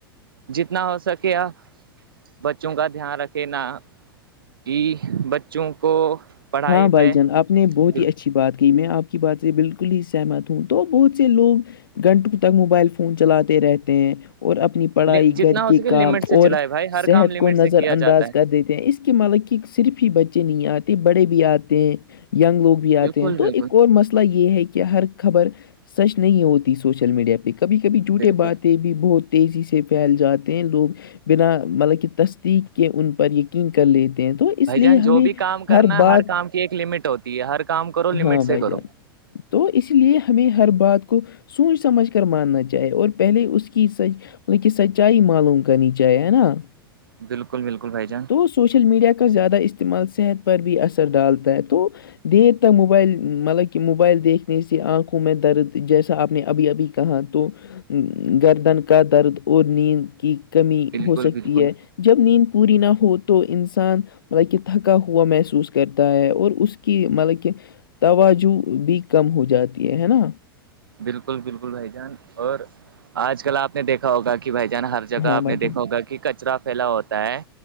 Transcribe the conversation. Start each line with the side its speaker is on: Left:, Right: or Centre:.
Right: جتنا ہو سکے آپ بچوں کا دھیان رکھے نا کہ بچوں کو پڑھائی
Left: ہاں بھائی
Right: پہ
Left: جان آپ نے بہت
Right: بالکل
Left: ہی اچھی بات کہ میں آپ کی بات سے بالکل ہی سہمت ہوں تو بہت سے لوگ گھنٹوں تک موبائل فون چلاتے رہتے ہیں اور اپنی پڑھائی
Right: جتنا
Left: گھر
Right: ہو
Left: کے
Right: سکے
Left: کام
Right: لمٹ سے چلائے
Left: اور
Right: بھائی ہر
Left: صحت
Right: کام لمٹ
Left: کو نظر
Right: سے کیا
Left: انداز
Right: جاتا ہے
Left: کر دیتے ہیں اس کے مالک کے صرف ہی بچے نہیں آتے بڑے بھی آتے ہیں یگ لوگ
Right: بالکل
Left: آتے ہیں
Right: بالکل
Left: تو ایک اور مسئلہ یہ ہے کہ ہر خبر سچ نہیں ہوتی سوشل میڈیا پہ کبھی کبھی جھوٹے
Right: بالکل
Left: باتیں بھی بہت تیزی سے پھیل جاتے ہیں لوگ بنا مطلب کہ تصدیق کے ان پر یقین کر لیتے ہیں تو اس
Right: بھ
Left: لیے
Right: جان
Left: ہمیں
Right: جو بھی کام کرنا
Left: بات
Right: ہے ہر کام کی ایک لمٹ ہوتی ہے ہر کام کرو لمٹ
Left: ہاں
Right: سے
Left: بھائی
Right: کرو
Left: جان تو اس لیے ہمیں ہر بات کو سوچ سمجھ کر ماننا چاہے اور پہلے اس کی سج مطلب کہ سچائی معلوم کرنی چاہیے ہے نا
Right: بالکل بالکل بھائی جان
Left: تو سوشل میڈیا کا زیادہ استعمال صحت پر بھی اثر ڈالتا ہے تو دیرتا موبائل مطلب کہ موبائل دیکھنے سے آنکھوں میں درد جیسا آپ نے ابھی ابھی کہاں تو گردن کا درد اور نیند کی کمی
Right: بالکل
Left: ہو سکتی
Right: بالکل
Left: ہے جب نیند پوری نہ ہو تو انسان مطلب کہ تھکا ہو ہوا محسوس کرتا ہے اور اس کی مطلب کہ توج بھی کم ہو جاتی ہے ہے نا
Right: بالکل بالکل بھائی جان اور آج کل آپ نے دیکھا ہوگا کہ کہ بھائی جان ہر جگہ
Left: ہاں
Right: آپ
Left: بھائی
Right: نے دیکھا
Left: جان
Right: ہوگا کہ کچرا پھیلا ہوتا ہے